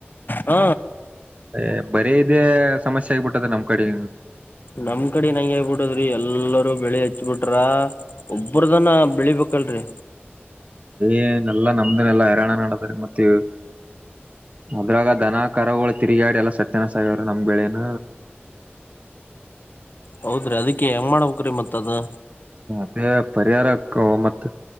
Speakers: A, on the left; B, on the right.
A: ಹ್ಮ
B: ಅ ಬರೀ ಇದೆ ಸಮಸ್ಯೆ ಆಗ್ಬಿಟ್ಟದ ನಮ್ ಕಡೆ
A: ನಮ್ ಕಡೆ ನಂಗ ಹೇಗ್ಬಿಡದ್ರಿ ಎಲ್ಲರೂ ಬೆಳಿ ಹಚ್ಬಿಟ್ರ ಒಬ್ಬ್ರದನ ಬೆಳಿಬೆಕಲ್ರರಿ
B: ಏನೆಲ್ಲಾ ನಮ್ದನೆೆಲ್ಲಾ ಹೈರಾಣ ನಡದ್ರೆ ಮತ್ತೆ ಅದ್ರಾಗ ದನ ಕರಗಳು ತಿರುಗಾಡಿ ಎಲ್ಲ ಸತ್ಯನ ಸಾಯಿ ಅವರು ನಮ ಬೆಳೆನ
A: ಹೌದ್ರಿ ಅದಕ್ಕೆ ಹೆಂಗ ಮಾಡಬೇಕ ಮತ್ತ ತದ
B: ಮತ್ತೇ ಪರಿಹಾರಕ್ಕ ಮತ್ತ